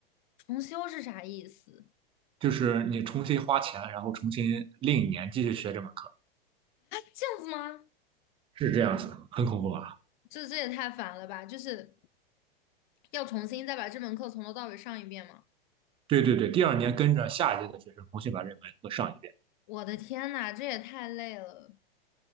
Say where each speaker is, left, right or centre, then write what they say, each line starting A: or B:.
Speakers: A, on the left; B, on the right.
A: 重修是啥意思？
B: 就是你重新花钱，然后重新另一年继续学这门课，
A: 这样子吗？
B: 是这样子，很恐怖啊。
A: 这这也太烦了吧！就是要重新再把这门课从头到尾上一遍吗？
B: 对对对，第二年跟着下一届的学生重新把这门课上一遍。
A: 我的天呐，这也太累了！